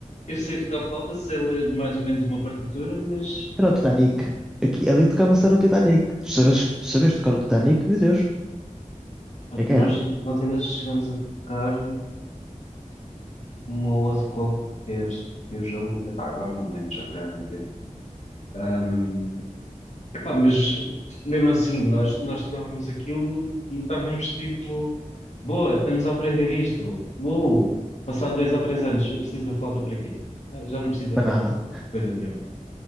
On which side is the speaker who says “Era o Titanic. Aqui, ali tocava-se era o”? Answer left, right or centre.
Centre